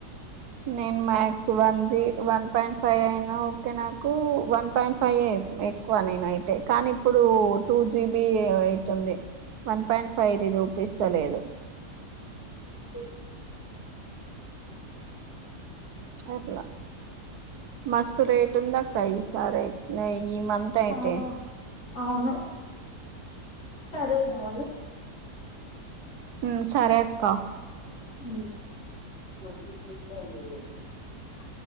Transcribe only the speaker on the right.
నేను max one G one point five అయినా ఓకే. నాకు వన్ పాయింట్ ఫైవ్ ఎ ఎక్కువ నేనయితే కానీ ఇప్పుడు టూ జీబి అయితుంది. వన్ పాయింట్ ఫైవ్ది చూపిస్త లేదు.
అట్లా మస్తు రేట్ ఉందక్క ఈ సారి అయి నే ఈ మంత్ అయితే.
మ్ సరే అక్క.